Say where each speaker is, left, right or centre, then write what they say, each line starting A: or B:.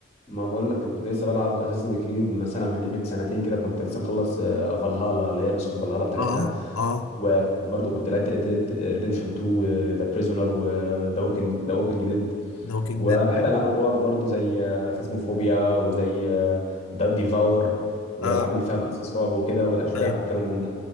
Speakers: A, on the left; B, on the left.
A: ما بقول لك كنت لسه بلعب اساسن كريد مثلا من قيمه سنتين كده كنت لسه مخلص آه، فالهالا اللي هي نسخه فالهالا بتاعتها
B: اه اه
A: وبرضه كنت لعبت ريد ديد ريديمشن 2 وذا بريزونر وذا ووكينج ذا ووكينج ديد
B: ذا ووكينج
A: وبحب
B: ديد
A: العاب الرعب برضه زي فازموفوبيا وزي ديفاور والالعاب
B: اه
A: اللي فيها قصص رعب وكده والاشباح
B: ايوه
A: والكلام من ده